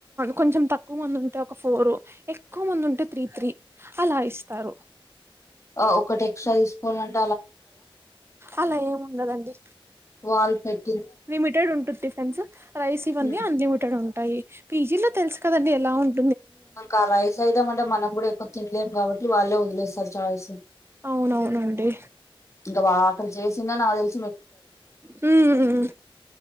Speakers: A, on the right; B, on the left.
A: కొంచెం తక్కువ మంది ఉంటే ఒక ఫోరు, ఎక్కువ మంది ఉంటే త్రీ త్రీ అలా ఇస్తారు.
B: ఆ ఒకటి ఎక్ట్రా తీసుకోవాలంట్
A: అలా ఏం ఉండదండి.
B: వాల్పెట్
A: లిమిటెడ్ ఉంటుద్ది తెల్సా? రైస్ ఇవన్నీ
B: హ్మ్.
A: అన్లిమిటెడ్ ఉంటాయి. పీ జీ లో తెలుసు కదాండి ఎలా ఉన్
B: ఇంకా రైస్ అయిటమంటే మనం కూడా ఎక్కువ తినలేము కాబట్టి వాళ్ళే ఒదిలేస్తరు చాయస్.
A: అవునవునండి
B: ఇంక బా అక్కడ చేసినా <unintelligible>
A: హ్మ్